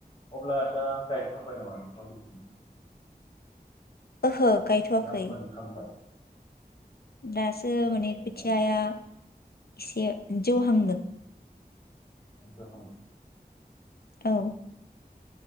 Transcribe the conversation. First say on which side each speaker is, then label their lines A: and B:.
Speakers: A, on the left; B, on the left.
A: अब्ला दा गायखांबाय नामा? नोंथांमोननिथिं
B: ओहो गायथ'वाखै
A: ना मोनखांबाय?
B: दासो
A: गायखांबायना
B: माने खोथियाया इसे। जौहांदों।
A: जौहांदो।
B: औ